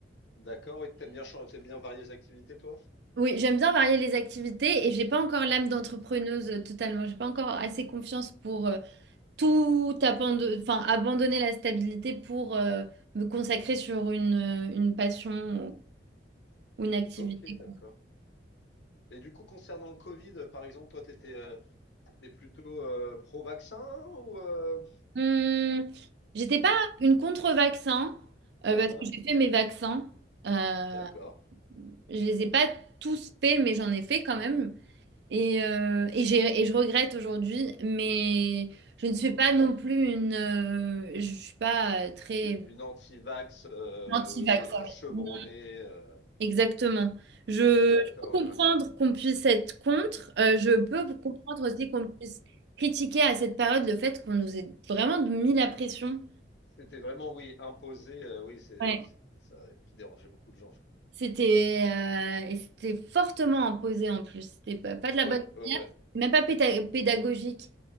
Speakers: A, on the left (about 70°); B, on the right (about 65°).
A: D'accord, et t'aimes bien, chan- t'aimes bien varier les activités, toi?
B: Oui, j'aime bien varier les activités et j'ai pas encore l'âme d'entrepreneuse euh, totalement. J'ai pas encore assez confiance pour euh, tout abandonner, enfin, abandonner la stabilité pour euh, me consacrer sur une, euh, une passion ou une activité.
A: Ok, d'accord. Et du coup, concernant le Covid, euh, par exemple, toi, t'étais, euh, t'es plutôt euh, pro-vaccin ou... Euh...
B: Hum, j'étais pas une contre-vaccin euh,
A: hein,
B: parce
A: hein
B: que j'ai fait mes vaccins. Euh,
A: D'accord,
B: je les ai pas tous faits, mais j'en ai fait quand même. Et, euh, et j'ai, et je regrette aujourd'hui, mais je
A: je
B: ne
A: comprends.
B: suis pas non plus une. euh, je suis pas euh, très
A: Une anti-vax, euh,
B: anti-vaccin.
A: oui, oui, euh, chevronnée,
B: oui.
A: euh,
B: Exactement. Je,
A: d'accord.
B: je peux comprendre
A: ouais.
B: qu'on puisse être contre. euh, je peux comprendre aussi qu'on puisse critiquer à cette période le fait qu'on nous ait vraiment mis la pression.
A: C'était vraiment, oui, imposé, euh, oui, c'est,
B: Euh,
A: c'était ça qui dérangeait beaucoup de gens, je crois.
B: C'était euh, et c'était fortement imposé en plus. C'était pas, pas de la
A: Ouais,
B: bonne
A: ouais,
B: manière,
A: ouais.
B: même pas péta- pédagogique.